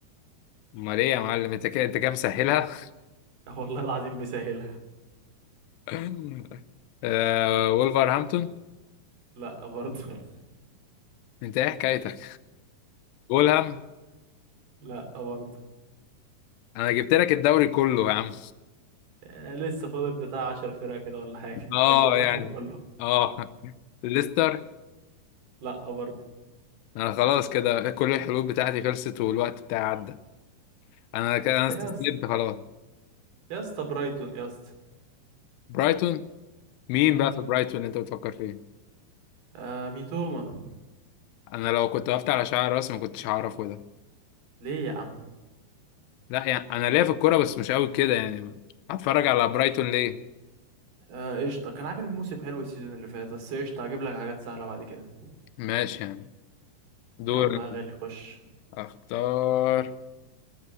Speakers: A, on the left; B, on the right.
A: امال ايه يا معلم انت كده انت كام مسهلها
B: <laughs> والله العظيم بيسهلها
A: <laughs> آه وولفرهامبتون
B: لا برضه
A: انت ايه حكايتك فولهام
B: <laughs> لا برضه
A: انا جبت لك الدوري كله يا عم
B: آه، لسه فاضل بتاع عشر فرق كده ولا حاجة <laughs>
A: اه
B: هتجيب هاتهم
A: يعني
B: كله
A: اه ليستر
B: لأ برضه
A: انا خلاص كده كل الحلول بتاعتي خلصت والوقت بتاعي عدى انا كده انا
B: إيه
A: استسلمت
B: يا اسطى
A: خلاص
B: يا اسطى برايتون يا اسطى
A: برايتون مين
B: امم
A: بقى في برايتون اللي انت بتفكر فيه
B: آه ميتوما
A: انا لو كنت وقفت على شعر راسي ما كنتش هعرفه ده
B: ليه يا عم
A: لا يعني انا ليا في الكوره بس مش قوي كده يعني هتفرج على برايتون ليه
B: آه قشطة كان عامل موسم حلو السيزون اللي فات بس قشطة هجيب لك حاجات سهلة بعد كده
A: ماشي يعني دور
B: يلا
A: أنا.
B: يا غالي خش
A: اختار